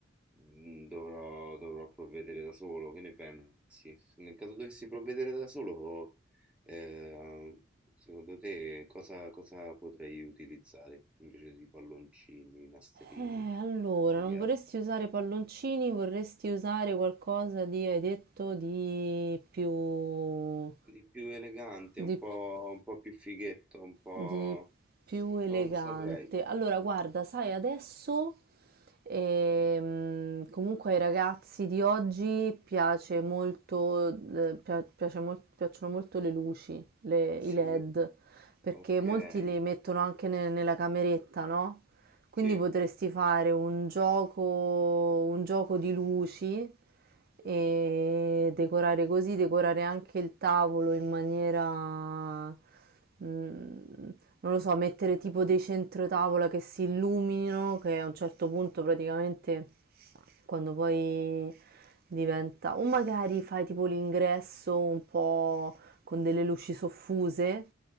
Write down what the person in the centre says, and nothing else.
Mm, Dovrò, dovrò provvedere da solo, che ne pensi? Nel caso dovessi provvedere da solo, eh, secondo te cosa, cosa potrei utilizzare invece di palloncini, nastrini,
biglietti?
Di più elegante,
un po',
un po' più fighetto, un po'...
Non saprei.
Sì,
ok,
sì.